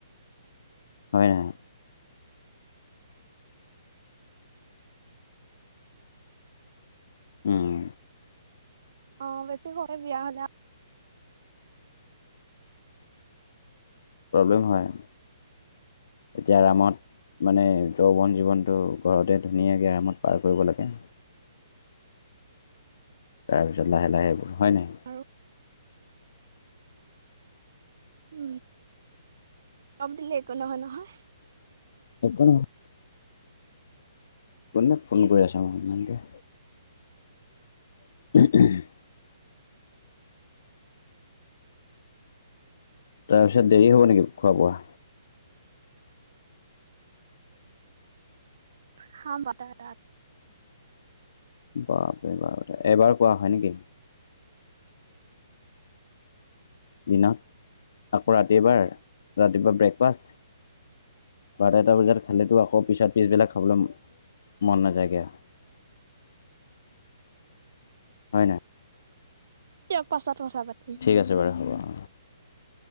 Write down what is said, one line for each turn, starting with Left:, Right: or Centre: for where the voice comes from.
Left: হয় নাই। উম।
Right: অ' বেছি সৰুতে বিয়া হ'লা।
Left: প্ৰব্লেম হয়, এতিয়া আৰামত মানে যৌৱন জীৱনটো ঘৰতে ধুনীয়াকে আৰামত পাৰ কৰিব লাগে। তাৰপিছত লাহে লাহে হয় নাই?
Right: আৰু। উ চব দিলে একো নহয় নহয়।
Left: একো নহয়। কোনে ফোন কৰি আছে মো ইমানকে। <unintelligible> তাৰপিছত দেৰি হ'ব নেকি খোৱা বোৱা?
Right: খাম <unintelligible>
Left: বাপে বাৰ এবাৰ খোৱা হয় নে কি? দিনত, আকৌ ৰাতি এবাৰ, ৰাতিপুৱা ব্ৰেকফাষ্ট বাৰটা-এটা বজাত খালেতো আকৌ পিছত পিছবেলাক খাবলৈ মন নাযায়গে। হয় নে?
Right: তেওঁক পাছত কথা পাতিম।
Left: ঠিক আছে বাৰু হ'ব অঁ।